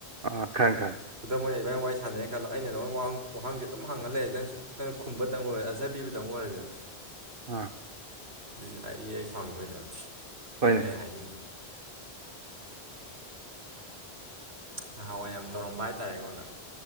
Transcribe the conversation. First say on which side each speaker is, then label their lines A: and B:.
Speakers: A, on the right; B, on the right.
A: ꯑꯥ ꯈꯪꯉꯦ ꯈꯪꯉꯦ
B: ꯈꯨꯗꯝ ꯑꯣꯏꯅ ꯏꯕꯥꯅꯤ ꯋꯥꯔꯤ ꯁꯥꯅꯔꯦ ꯈꯜꯂꯣ ꯑꯩꯅ ꯅꯉꯣꯡ ꯋꯥꯍꯪ ꯋꯥꯍꯪꯖꯦ ꯑꯗꯨꯝ ꯍꯪꯉ ꯂꯩ ꯅꯪꯁꯨ ꯅꯪꯅ ꯈꯨꯝꯕ ꯇꯪ ꯑꯣꯏ ꯑꯟꯁꯔ ꯄꯤꯕꯗꯪ ꯑꯣꯏꯔꯖꯦ
A: ꯑꯥ
B: ꯑꯗꯨꯅꯦ ꯑꯩ ꯑꯩ ꯁꯥꯎꯅꯤꯡꯉꯣꯏꯗ꯭ꯔ
A: ꯍꯣꯏꯅꯦ
B: ꯑꯗꯨꯅꯦ ꯑꯩ ꯍꯥꯏꯅꯤꯡ ꯅꯍꯥꯟꯋꯥꯏ ꯌꯥꯝ ꯇꯧꯔꯝꯕ ꯍꯥꯏꯇꯥꯔꯦ ꯑꯩꯉꯣꯟꯗ